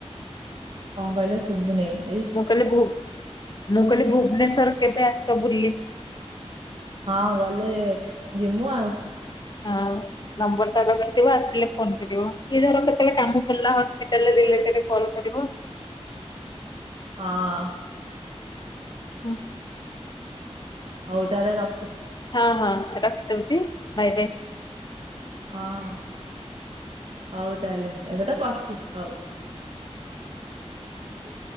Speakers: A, on the right; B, on the left.
A: କଣ କହିଲ ଶୁବୁନେଇଁ?
B: ମୁଁ କହିଲି ଭୁ ମୁଁ କହିଲି ଭୁବନେଶ୍ୱର କେବେ ଆସ ବୁଲି।
A: ହଁ ଗଲେ ଯିମୁ ଆଉ।
B: ହଁ ଆଉ ନମ୍ବରଟା ରଖି ଯେତେବେଳେ ଆସିଲେ ଫୋନ୍ କରିବ କିଏ ଧର କେତେବେଳେ କାମ ପଡିଲା ହସ୍ପିଟାଲ ରିଲେଟେଡ୍‌ କଲ୍ କରିବ।
A: ହଁ।
B: ହୁଁ।
A: ହୋଉ ତାହେଲେ ର
B: ହଁ ହଁ ରଖି ଦଉଛି ବାଏ ବାଏ।
A: ହଁ। ହୋଉ ତାହେଲେ ଏବେ ତ କରତି ହଉ। ହ।